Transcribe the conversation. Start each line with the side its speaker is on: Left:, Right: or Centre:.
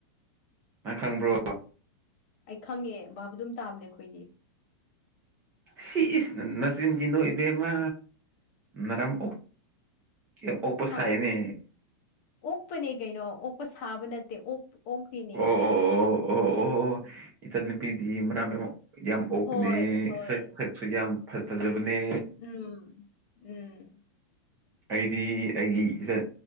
Right: ꯅꯪ ꯈꯪꯕ꯭ꯔꯣ
Left: ꯑꯩ ꯈꯪꯉꯦ ꯚꯕ ꯑꯗꯨꯝ ꯇꯥꯕꯅꯦ ꯑꯩꯈꯣꯏꯗꯤ
Right: ꯁꯤ ꯏꯁ ꯅꯆꯤꯟ ꯊꯤꯅꯣ ꯏꯕꯦꯝꯃ ꯅꯔꯝ ꯑꯣꯛ ꯑꯣꯛꯄ
Left: ꯍꯥ
Right: ꯁꯥꯏꯅꯦ
Left: ꯑꯣꯛꯄꯅꯦ ꯀꯩꯅꯣ ꯑꯣꯛꯄ ꯁꯥꯕ ꯅꯠꯇꯦ ꯑꯣꯛ ꯑꯣꯛꯈ꯭ꯔꯤꯅꯦ
Right: ꯑꯣ ꯑꯣ ꯑꯣ ꯑꯣ ꯑꯣ ꯑꯣ ꯏꯆꯟꯅꯨꯄꯤꯗꯤ ꯃꯔꯝ ꯌꯥꯝ ꯑꯣꯛꯄꯅꯦ
Left: ꯍꯣꯏ ꯍꯣꯏ
Right: ꯁꯛ ꯁꯛꯁꯨ ꯌꯥꯝ ꯐꯖꯕꯅꯦ
Left: ꯎꯝ ꯎꯝ
Right: ꯑꯩꯗꯤ ꯑꯩꯒꯤ ꯏꯆꯟ